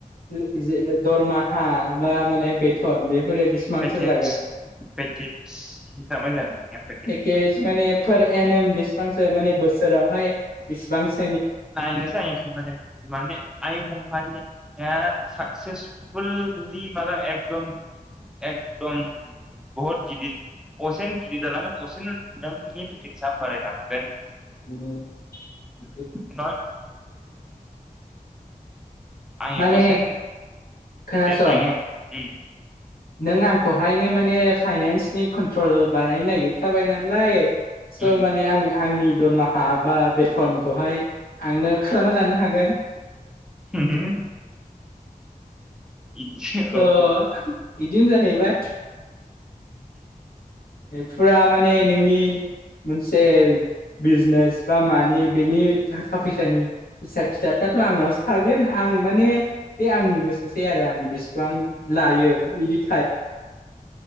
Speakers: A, on the left (about 90°); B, in the centre.
A: ओ जे दरमा हा बा माने बेेथन बे फोर बेसेबांसो
B: पेकेज
A: जागोन
B: पेकेज हिसाबै जागोन नोंनिया
A: पेकेज माने पार एनेम बेसेबांसो माने बोसोरावहाय बेसेबांस
B: नायनोसै आं एसां जागोन माने आंनि कम्पानिया साक्सेसफुल जुदि माबा एकदम एकदम बहुद गिदिद असेनो गिदिद जालांगोन असेनो नोंनि पेकेटसआ बारायलांगोन
A: <unintelligible>
B: <unintelligible> <unintelligible> आं
A: माने
B: असेेन
A: खोनासं
B: <unintelligible> उम
A: नों आंखौहायनो माने फाइनेन्सनि कन्ट्रल बानायनो नायगिरखाबाय नालाय स'
B: उम
A: माने आं आंनि दरमाहा बा बेथन खौहाय आंनो खालामना लानो हागोन
B: उम इदि
A: थ'
B: औ
A: बिदिनो जाहैबाय फुरा माने नोंनि मोनसे बिजनेस बा मानि बेनि थाखा फैसानि हिसाब खि <unintelligible> थ' आंनावसो थागोन आं माने बे आंनि गोसोसै आरो आं बिस बां लायो इदिद